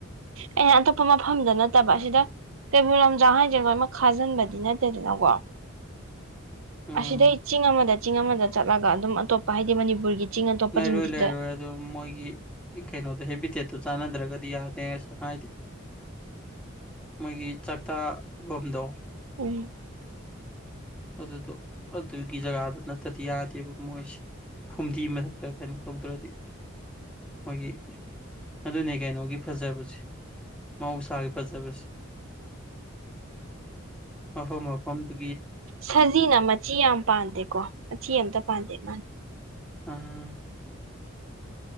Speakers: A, on the right (about 80°); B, in the centre.
A: ꯑꯩꯅ ꯑꯇꯣꯞꯄ ꯃꯐꯝꯗ ꯅꯠꯇꯕ ꯑꯁꯤꯗ ꯀꯩꯕꯨꯜ ꯂꯝꯖꯥꯎ ꯍꯥꯏꯁ꯭ꯔꯦ ꯂꯣꯏꯃꯛ ꯈꯥꯖꯤꯟꯕꯗꯤ ꯅꯠꯇꯦꯗꯅꯀꯣ
B: ꯎꯝ
A: ꯑꯁꯤꯗꯩ ꯆꯤꯡ ꯑꯃꯗ ꯆꯤꯡ ꯑꯃꯗ ꯆꯠꯂꯒ ꯑꯗꯨꯝ ꯑꯇꯣꯞꯄ ꯍꯥꯏꯗꯤ ꯃꯅꯤꯄꯨꯔꯒꯤ ꯆꯤꯡ ꯑꯇꯣꯞꯄꯁꯤꯡꯁꯤꯗ
B: ꯂꯩꯔꯣꯏ ꯂꯩꯔꯣꯏ ꯑꯗꯨ ꯃꯣꯏꯒꯤ ꯀꯩꯅꯣꯗꯣ ꯍꯦꯕꯤꯇꯦꯠꯇꯣ ꯆꯥꯟꯅꯗ꯭ꯔꯒꯗꯤ ꯗꯤ ꯌꯥꯗ ꯁꯉꯥꯏ ꯃꯣꯏꯒꯤ ꯆꯥꯛꯇꯥꯕꯝꯗꯣ
A: ꯎꯝ
B: ꯑꯗꯨꯗꯣ ꯑꯗꯨꯒꯤ ꯖꯒꯥꯗꯨ ꯅꯠꯇꯗꯤ ꯌꯥꯗꯦꯕ ꯃꯣꯏꯁꯦ ꯐꯨꯝꯗꯤ ꯃꯛ ꯀꯩꯅꯣ ꯇꯧꯗ꯭ꯔꯗꯤ ꯃꯣꯏꯒꯤ ꯑꯗꯨꯅꯦ ꯀꯩꯅꯣꯒꯤ ꯐꯖꯕꯁꯦ ꯃꯍꯧꯁꯥꯒꯤ ꯐꯖꯕꯁꯦ
A: <inaudible>
B: ꯃꯐꯝ ꯃꯐꯝꯐꯝꯗꯨ
A: ꯁꯖꯤꯅ ꯃꯆꯤ ꯌꯥꯝ ꯄꯥꯟꯗꯦꯀꯣ ꯃꯆꯤ ꯑꯇ ꯄꯥꯟꯗꯦ ꯏ ꯃꯥꯅ
B: ꯑꯝ